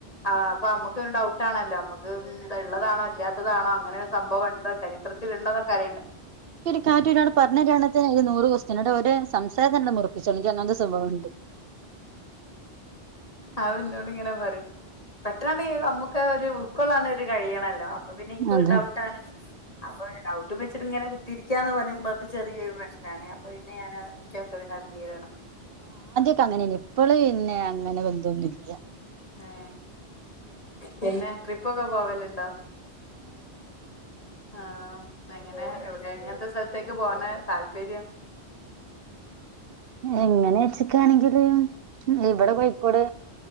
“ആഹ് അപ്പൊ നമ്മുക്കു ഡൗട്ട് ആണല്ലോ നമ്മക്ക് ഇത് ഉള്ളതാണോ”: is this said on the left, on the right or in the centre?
Left